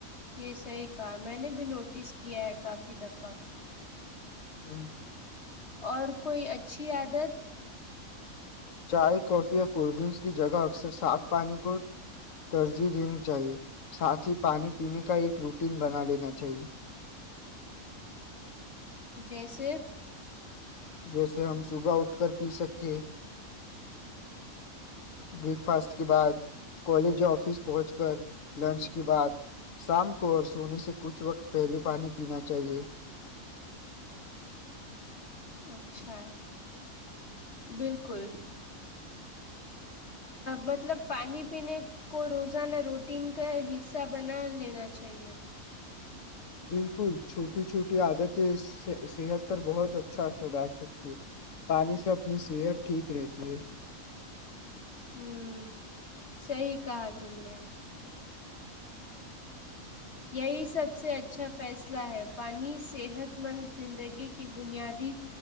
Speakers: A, on the left; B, on the left.
A: یہ صحی کہ میں نے بھی نوٹس کیا ہے کافی دفعہ
B: ہوں
A: اور کوئی اچھی عادت
B: چائے کافی یا کولڈ ڈرنکس کی جگہ اکثر صاف پانی کو ترجیح دینی چاہیے، ساتھ ہی پانی پینے کا ایک روٹین بنا لینا چاہیئے
A: جیسے
B: جیسے ہم صبح اٹھ کر پی سکتے بریکفاسٹ کے بعد کالج یا آفس پہنچ کر لنچ کے بعد شام کو اور سونے سے کچھ وقت پہلے پانی پینا چاہیئے
A: اچھا بالکل مطلب پانی پینے کو روزانہ روٹین کا حصہ بنا لینا چاہیے
B: بالکل چھوٹی چھوٹی عادتیں اس سے صحت پر بہت اچھا اثر ڈال سکتی ہیں پانی سے اپنی صحت ٹھیک رہتی ہے
A: ہوں صی کہا تم نے یہی سب سے اچھا فیصلہ ہے پانی صحت مند زندگی کی بنیادی